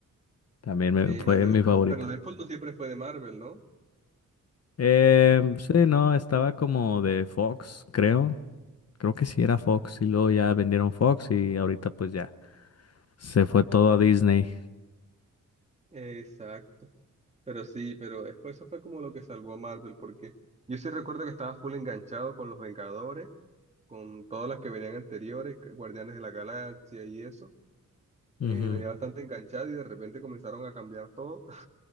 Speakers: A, on the left (about 50°); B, on the right (about 20°).
A: también me,
B: Sí,
A: fue
B: las de
A: mi
B: Deadpool,
A: favorita.
B: pero Deadpool no siempre fue de Marvel, ¿no?
A: Eh, sí, no, estaba como de Fox, creo. Creo que sí era Fox y luego ya vendieron Fox y ahorita pues ya se fue todo a Disney.
B: Exacto. Pero sí, pero es- eso fue como lo que salvó a Marvel, porque yo sí recuerdo que estaba full enganchado con los Vengadores, con todas las que venían anteriores, que- Guardianes de la Galaxia y eso.
A: Ujú,
B: Eh, venía bastante enganchado y de repente comenzaron a cambiar todo